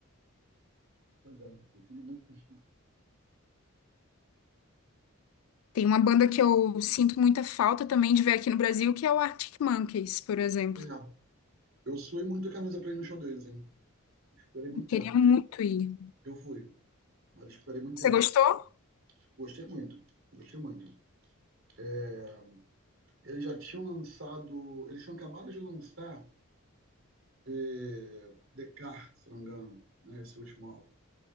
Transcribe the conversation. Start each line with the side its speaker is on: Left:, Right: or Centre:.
Right: Pois é, eu queria muito que eles
Left: Tem uma banda que eu sinto muita falta também de ver aqui no Brasil, que é o Arctic Monkeys, por exemplo.
Right: É, eu suei muito a camisa pra ir no show deles, hein? Esperei muito
Left: Eu Queria
Right: tempo.
Left: muito ir.
Right: Eu fui, mas esperei muito
Left: Você
Right: tempo.
Left: gostou?
Right: Gostei muito, gostei muito. É, eles já tinham lançado, eles tinham acabado de lançar é, Descartes, se não me engano, né? Esse último álbum.